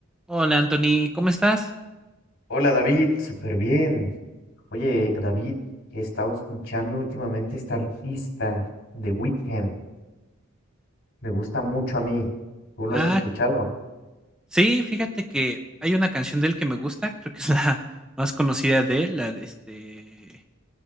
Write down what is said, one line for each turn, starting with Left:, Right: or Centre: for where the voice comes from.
Centre: Hola Anthony, ¿cómo estás?
Left: Hola David, súper bien. Oye, David, he estado escuchando últimamente esta artista de Weekend. Me gusta mucho a mí. ¿Tú lo
Centre: Ah,
Left: has escuchado?
Centre: sí, fíjate que hay una canción de él que me gusta, creo que es la <laughs> más conocida de él, la de este,